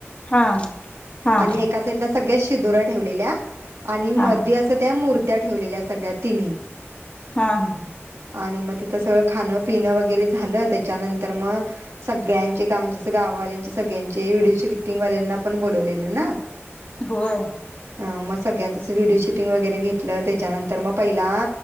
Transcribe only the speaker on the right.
आणि एका साइटला सगळ्या दुर्या ठेवलेल्या <inaudible>
अस त्या मुर त्या ठेवलेल्या सगळ्या तिनी
आणि मग तिथं सगळं खाणं पिणं वगर घरी झालं त्याच्या नंतर मग सगळ्यांचे म्हणजे गावल्यांचे सगळ्यांचे व्हिडिओ शूटिंग वाल्यांना पण बोलवले ना
ह मग सगळ्यांचच व्हिडिओ शूटिंग वगैरे घेतलं त्याच्यानंतर मग पहिला